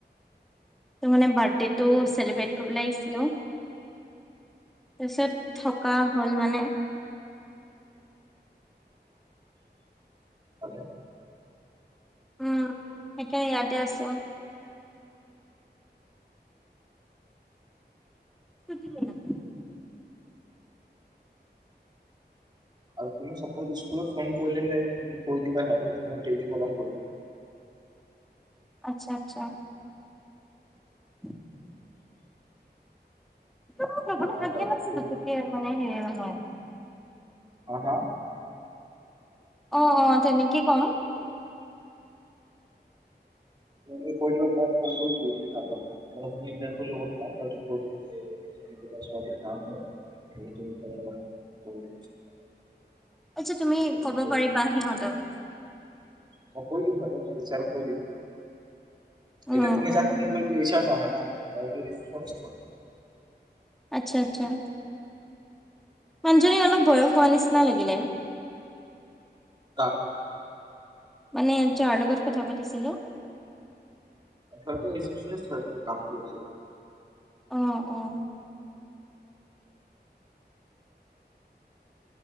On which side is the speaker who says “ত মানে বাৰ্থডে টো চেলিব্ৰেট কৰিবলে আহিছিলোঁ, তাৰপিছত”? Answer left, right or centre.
Centre